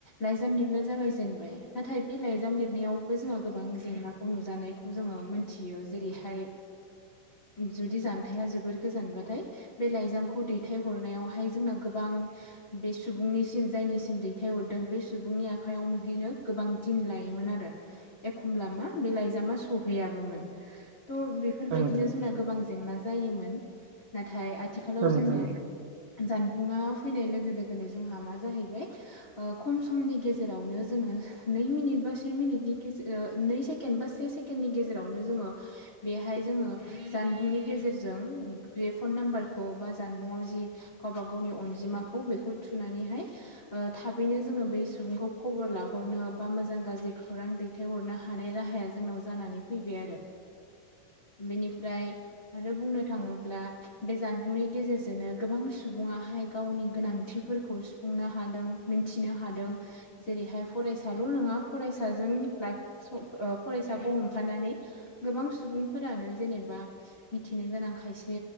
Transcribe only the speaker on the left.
लाइजाम लिरनो जागायजेनबाय नाथाय बे लाइजाम लिरनायावबो जोंहा गोबां जेंना खौ नुजानायखौ जोङो मोनथियो। जेरैहाय जुदि जानथाया जोबोर गोजानबाथाय बे लाइजामखौ दैथायहरनायावहाय जोंना गोबां बे सुबुं निसिम जायनिसिम दैथायहरदों बे सुबुंनि आखाइयाव मोनहैनो गोबां दिन लायोमोन आरो एखमब्ला मा बे लाइजामा सौहैयाबोमोन। थ' बे फोरबायदिनो
जोंना गोबां जेंना जायोमोन। नाथाय आथिखालाव
जोङो जानबुंङा फैनाय लोगो लोगोनो जोंहा मा जाहैबाय ओ खम समनि गेजेरावनो जोङो नै मिनिट बा से मिनिटनि गेजे नै सेकेण्ड बा से केण्डनि गेजेरावनो जोङो बेहाय जोङो जानबुंनि गेजेरजों बे फन नाम्बारखौ बा जानबुंआव जि गावबा गावनि अनजिमाखौ बेखौ थुनानैहाय थाबैनो जोङो बै सुबुंखौ खबर लाहरनो बा मोजां गाज्रि खौरां दै दैथाइहरनो हानाय राहाया जोंनाव जानानै फैबाय आरो बेनिफ्राय आरो बुंनो थाङोब्ला बे जानबुंनि गेजेरजोंनो गोबां सुबुङाहाय गावनि गोनांथिफोरखौ सुफुंनो हादों मिथिनो हादों जेरैहाय फरायसाल' नङा फरायसाजों ला फरायसाखौ हमफानानै गोबां सुबुंफोरानो जेनेबा मिथिनो गोनां खायसे